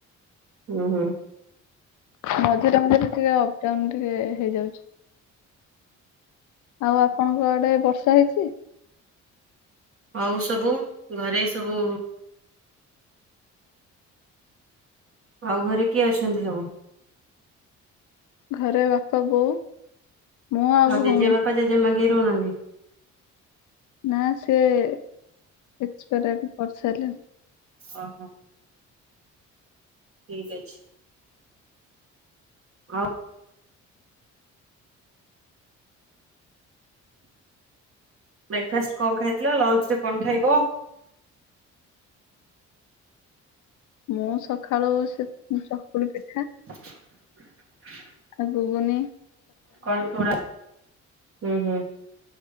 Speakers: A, on the right; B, on the left.
A: ହୁଁ ହୁଁ।
B: ମଝିରେ ମଝିରେ ଟିକେ ଅପ୍‌ଡାଉନ୍‌ଟିକେ ହେଇଯାଉଛି। ଆଉ ଆପଣଙ୍କ ଆଡେ ବର୍ଷା ହେଇଛି?
A: ଆଉ ସବୁ ଘରେ ସବୁ ଆଉ ଘରେ କିଏ ଅଛନ୍ତି ସବୁ?
B: ଘରେ ବାପା, ବୋଉ। ମୁଁ
A: ଆଉ ଜେଜେବାପା
B: ଭଉଣୀ
A: ଜେଜେମା କେହି ରହୁନାହାନ୍ତି?
B: ନା ସେ ଏକ୍ସେ ପେଇଆର ହେଇ ସାରିଲେଣି।
A: ଓ ହୋ। ଠିକ୍ ଅଛି। ଆଉ ବ୍ରେକ୍ ଫାଷ୍ଟ କଣ ଖାଇଥିଲ ଲଞ୍ଚ ରେ କଣ ଖାଇବ?
B: ମୁଁ ସକାଳୁ ସେ ଚକୁଳି ପିଠା।
A: <inaudible>
B: ଗୁଗୁନି।
A: କଣ ତୁଣ? ହୁଁ ହୁଁ।